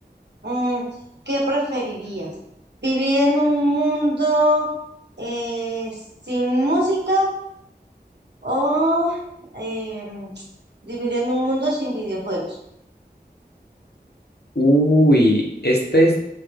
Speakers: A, on the right; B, on the left.
A: mm, ¿qué preferirías? ¿Vivir en un mundo eh, sin música o em, vivir en un mundo sin videojuegos?
B: Uy, esta es